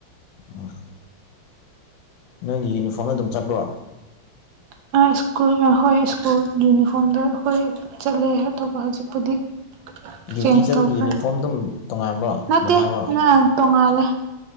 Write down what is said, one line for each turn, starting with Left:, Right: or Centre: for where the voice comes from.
Left: ꯑꯣ ꯅꯪꯒꯤ ꯌꯨꯅꯤꯐꯣꯔꯝꯗ ꯑꯗꯨꯝ ꯆꯠꯄ꯭ꯔꯣ
Right: <inaudible> ꯍꯣꯢ ꯁꯀꯨꯜ ꯑꯩꯈꯣꯏ ꯁ꯭ꯀꯨꯜ ꯌꯨꯅꯤꯐꯣꯔꯝꯗ ꯑꯩꯈꯣꯏ ꯆꯠꯂꯦ ꯑꯗꯨꯒ ꯍꯧꯖꯤꯛꯄꯨꯗꯤ
Left: ꯗ꯭ꯌꯨꯇꯤ
Right: ꯆꯦꯟꯖ
Left: ꯆꯠꯄꯒꯤ
Right: ꯇꯧꯈ꯭ꯔꯦ
Left: ꯌꯨꯅꯤꯐꯣꯔꯝ ꯑꯗꯨꯝ ꯇꯣꯉꯥꯟꯕ꯭ꯔꯣ
Right: ꯅꯠꯇꯦ
Left: ꯃꯥꯅꯕ꯭ꯔꯣ
Right: ꯇꯣꯡꯉꯥꯜꯂꯦ